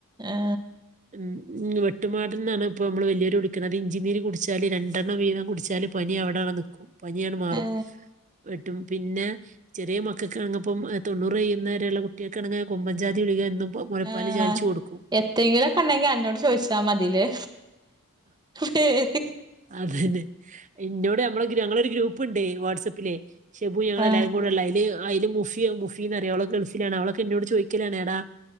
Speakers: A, on the right; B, on the right.
A: ഏ
B: ഉം വെട്ടുമാട നെന്നാണ് ഇപ്പോൾ നമ്മള് വല്ല്യൊരു വിളിക്കാണത് ഇഞ്ചി നീര് കുടിചാല് രണ്ടെണ്ണം വീതം കുടിച്ചാല് പനി അവിടവിട നിക്കും പനിയാണ് മാറും
A: ഏ
B: വെട്ടും പിന്നെ ചെറിയ മക്കൾക്ക്ണങ്ങപ്പം തൊണ്ണൂറ്യ്യുന്ന വരെയുള്ള കുട്ടികൾക്കണ കുമ്പൻചാതി വിളികാ മുലപ്പാലിൽ
A: ആ
B: ചാലിച്ചു കൊടുക്കും
A: എത്തെങ്കിലൊക്കെ ഉണ്ടെങ്കി അന്നോട് ചോദിച്ചാ മതില്ലേ പേര്
B: അതന്നെ ഇന്നോട് മ്മളെങ്ങളരു ഗ്രൂപ്പ് പ്പുണ്ടേ വാട്സപ്പിലെ ഷിബു ഞങ്ങളെല്ലാരും
A: ആ
B: കൂടെ ഉള്ളയ് ന്‌ അയിന് മുഫി മുഫിന്നറിയോ ഓള് ഗൾഫിലാണ് അവളൊക്കെ എന്നോട് ചോയി ക്കലാണ്എടാ